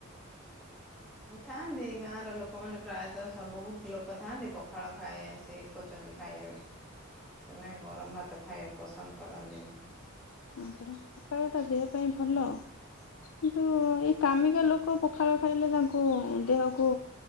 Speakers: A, in the centre; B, on the left.
A: ଥାଆନ୍ତି ଗାଁର ଲୋକମାନେ ପ୍ରାୟତଃ ସବୁ ବୋହୁତ ଲୋକ ଥାଆନ୍ତି ପଖାଳ ଖାଏ ସେ ଖୋଜନ୍ତି ଖାଇବା ପାଇଁ ସେମାନେ ଗରମ ଭାତ ଖାଇଆଉ ପସନ୍ଦ କରନ୍ତିନି।
B: ହଁ ପରା ପଖଳଟା ଦେହ ପାଇଁ ଭଲ। କିନ୍ତୁ ଏଇ କାମିକା ଲୋକ ପଖାଳ ଖାଇଲେ ତାଙ୍କୁ ଦେହକୁ